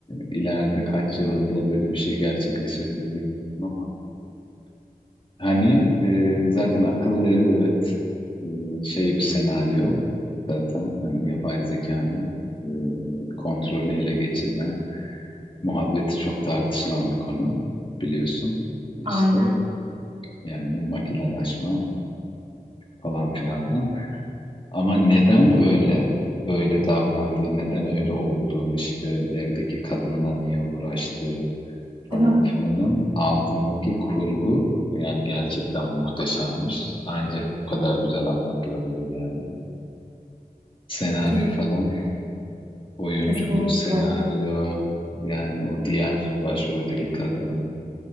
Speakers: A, on the left (about 35°); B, on the right (about 35°).
A: ileride kaç yılında böyle bir şey gerçekleşebilir bilmiyorum ama. Hani e, zaten akıllı ev, evet e, şey bir senaryo zaten hani yapay zekanın e, kontrolü ele geçirme Muhabbeti çok tartışılan bir konu biliyorsun. İşte
B: Aynen,
A: yani makinalaşma falan filandan. Ama neden öyle öyle davrandığı, neden öyle olduğu, işte evdeki kadınla niye uğraştığı falan
B: değil mi?
A: filanın altındaki kurgu yani gerçekten muhteşemmiş. Ancak bu kadar güzel anlatılabilir yani. Senaryo
B: Kes-
A: falan, oyunculuk,
B: kesinlikle.
A: senaryo yani o diğer başroldeki kadının